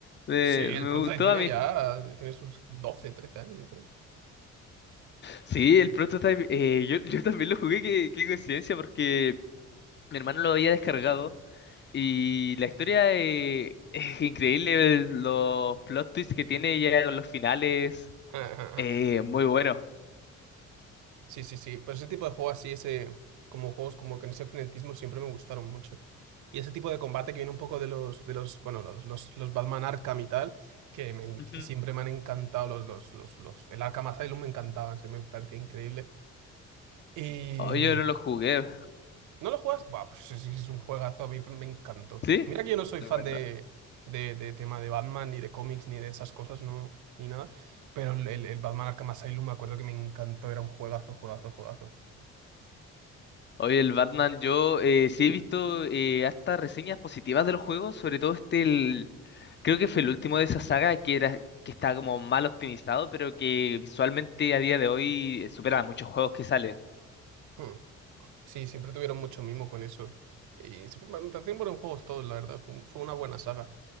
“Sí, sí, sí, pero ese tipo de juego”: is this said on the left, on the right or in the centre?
Right